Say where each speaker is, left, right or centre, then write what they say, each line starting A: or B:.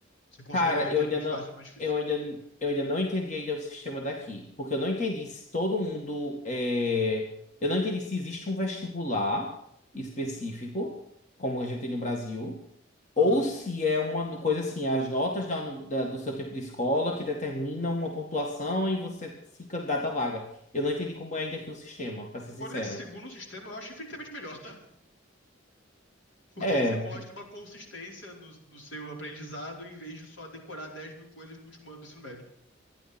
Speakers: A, on the left (about 75°); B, on the left (about 35°).
A: você consideraria
B: Cara,
A: que
B: eu ainda
A: é mais
B: não,
A: fácil ou mais difícil?
B: eu ainda, eu ainda não entendi ainda o sistema daqui, porque eu não entendi se todo mundo é, eu não entendi se existe um vestibular específico, como a gente tem no Brasil,
A: Aham.
B: ou se é uma no- coisa assim, as notas da uni- da- do seu tempo de escola que determinam uma pontuação e você se candidata à vaga. Eu não entendi como é ainda aqui o sistema, pra ser
A: Se
B: sincero.
A: for nesse segundo sistema, eu acho infinitamente melhor, tá? Porque
B: É,
A: aí você mostra uma consistência no, no seu aprendizado em vez de só decorar 10 mil coisas no último ano do ensino médio.